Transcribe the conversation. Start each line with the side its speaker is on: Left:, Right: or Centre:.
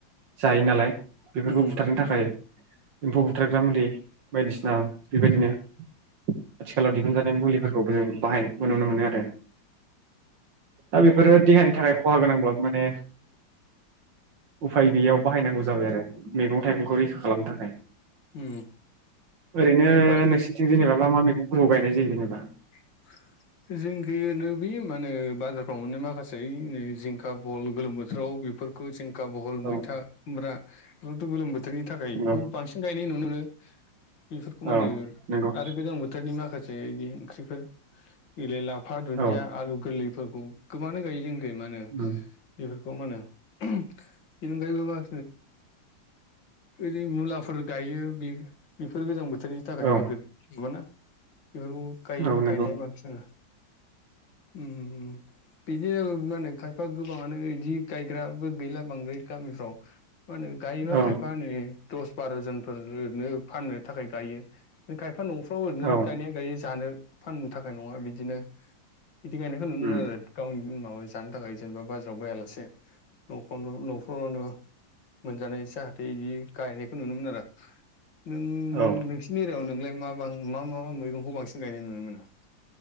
Right: जायो नालाय बेफोरखौ
Left: उम
Right: बुथारनो थाखाय एम्फौ बुथारग्रा मुलि बायदिसिना बेबायदिनो । आथिखालाव दिहुनजानाय मुलिफोरखौबो जों बाहाय नुनो मोनो आरो दा बेफोरो देहानि थाखाय खहा गोनांब्लाबो माने उफाय गैयियाव बाहायनांगौ जाबाय आरो मैगं थाइगंखौ रैखा खालामनो थाखाय ।
Left: उम
Right: ओरैनो
Left: आरो फार
Right: नोंसोरथि जेनेबा मा मा मैगंफोरखौ गायनाय जायो जेनेबा ।
Left: <unintelligible> जिंखि नो बे मानो बाजारफ्राव मोनो माखासे जिंखा भल गोलोम बोथोराव बेफोरखौ जों खा, बहल,
Right: औ
Left: मैथा, खुमब्रा बेफोरखौथ' गोलोम बोथोरनि थाखाय
Right: नंगौ
Left: बेखौ बांसिन गायनाय नुनो मोनो। बेफोरखौ मा
Right: औ
Left: होनो
Right: नंगौ
Left: आरो गोजां बोथोरनि माखासे बिदि ओंख्रिफोर गै लाइ, ला फा, दुन्दिया,
Right: औ
Left: आलु गोरलैफोरखौ गोबानो गायो जोंनिखि मा होनो
Right: उम
Left: बेफोर खौ मा होनो। बेनि अनगायैबो <inaudible> ओरै मुलाफोर गायो बेफोर गोजां बोथोरनि थाखाय
Right: औ
Left: नोगद नङा ना? बेफोरखौ गायो
Right: औ नंगौ
Left: गायनाय बांसिनानो। ओम बिदिनो मा होनो खायफा गोबाङानो बिदि गायग्राबो गैला बांद्राय गामिफ्राव। मा होनो गायोबा
Right: औ
Left: खायफा नो दस बार' जनफोरनो फाननो थाखाय गायो। खाय फा न'फ्राव ओरैनो
Right: औ
Left: गायनाया गायै जानो फाननो थाखाय नङा बिदिनो। बिदिखायनायखौ नुनो
Right: उम
Left: आरो गावनि जानो थाखाय जेनेबा बाजाराव बायालासे न'खरनो न'फोरावनो मोनजानाय जाहाथे इदि गायनायखौ नुनोमोन आरो। नों नोंसिनि
Right: औ
Left: एरियायाव नोंलाय म मा मा मा मैगंखौ बांसिन गायनाय नुनो मोनो?